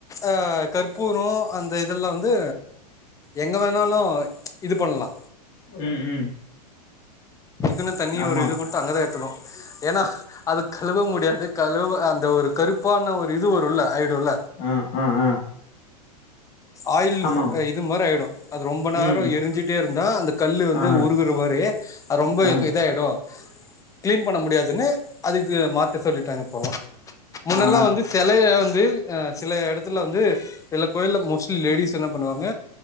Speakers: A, on the left; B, on the left.
A: அ கற்பூரோ அந்த இதெல்லா வந்து எங்க வேணாலு இது பண்லா
B: ம் ம்
A: இதுக்குனு தனி
B: ஆமா
A: ஒரு இது குடுத்து அங்கதா ஏத்தணு ஏன்னா அது கழுவ முடியாது கழுவ அந்த ஒரு கருப்பான ஒரு இது வருல <unintelligible> டுல்ல
B: ஆ ஆ ஆ
A: ஆயில்
B: ஆமாம்
A: இது மாரி ஆய்டு அது ரொம்ப நேரோ
B: ம் ம்.
A: எரிஞ்சிட்டே இருந்தா அந்த கல்லு வந்து
B: ஆ
A: உருகுற மாரி அது ரொம்ப
B: ஆ
A: இதுக்கு
B: ஆ
A: இதாயிடு கிளீன் பண்ண முடியாதுனு அதுக்கு மாத்த சொல்லிட்டாங்க இப்போலா முன்னெல்லா
B: ஆ
A: வந்து செலய வந்து அ சில எடத்துல வந்து சில கோயில்ல மோஸ்ட்லி லேடிஸ் என்ன பண்ணுவாங்க